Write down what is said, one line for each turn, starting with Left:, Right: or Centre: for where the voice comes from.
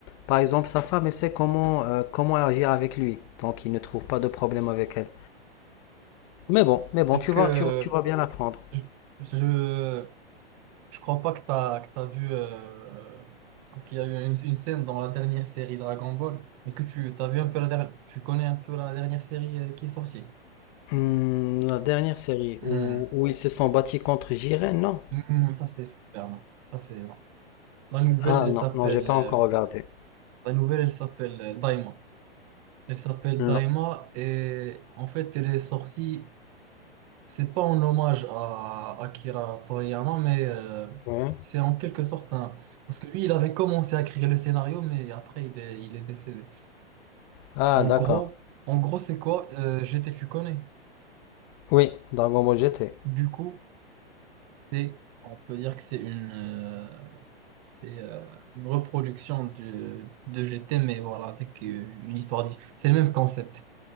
Left: par exemple, sa femme, elle sait comment, euh, comment agir avec lui. Donc, il ne trouve pas de problème avec elle. Mais bon, mais bon,
Right: Est-ce
Left: tu
Right: que
Left: vas, tu, vas- tu vas bien apprendre.
Right: je, je- Je crois pas que tu as, que t'as vu. euh, euh, parce qu'il y a eu une, une scène dans la dernière série Dragon Ball. Est-ce que tu t'as vu un peu la dernière. Tu connais un peu la dernière série euh, qui est sortie?
Left: Hmm, la dernière série
Right: Hmm.
Left: où, où ils se sont battus contre Jiren, non?
Right: Hmm, ça, c'est super. non. Ça, c'est. non. La nouvelle,
Left: Ah
Right: elle
Left: non,
Right: s'appelle.
Left: non, j'ai pas
Right: euh,
Left: encore regardé.
Right: la nouvelle, elle s'appelle euh, Daima. Elle s'appelle
Left: Non.
Right: Daima et en fait, elle est sortie. C'est pas en hommage à Akira Toriyama, mais euh,
Left: Ouais.
Right: c'est en quelque sorte un. Parce que lui, il avait commencé à écrire le scénario, mais après, il est, il est décédé.
Left: Ah,
Right: En
Left: d'accord.
Right: gros, en gros, c'est quoi? Euh, GT, tu connais.
Left: Oui, Dragon Ball GT.
Right: Du coup, c'est, on peut dire que c'est une, euh, c'est euh, une reproduction de, de GT, mais voilà, avec euh, une histoire dif- C'est le même concept.